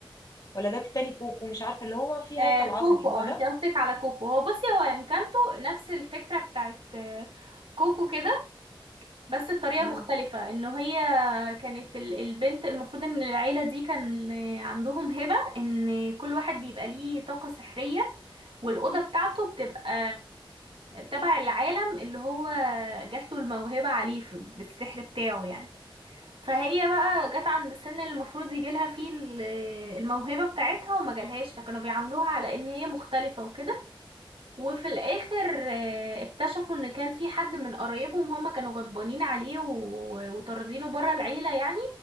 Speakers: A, on the left; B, on the right.
A: ولا ده تاني كوكو مش عارفه اللي هو فيه
B: آه
A: هيكل
B: كوكو
A: عظمي
B: اه
A: هو ده
B: انت قصدك على كوكو هو بصي هو انكانتو نفس الفكرة بتاعت آه، كوكو كده بس الطريقة
A: امم
B: مختلفة انه هي كانت ال- البنت المفروض ان العيلة دي كان عندهم هبة ان كل واحد بيبقى ليه طاقة سحرية والأوضة بتاعته بتبقى تبع العالم اللي هو جات له الموهبة عليه في- بالسحر بتاعه يعني فهي بقى جت عند السن اللي المفروض يجيلها فيه ال- الموهبة بتاعتها وما جالهاش فكانوا بيعاملوها على ان هي مختلفة وكده وفي الاخر آه، اكتشفوا ان كان في حد من قرايبهم هم كانوا غضبانين عليه و- وطاردينه بره العيله يعني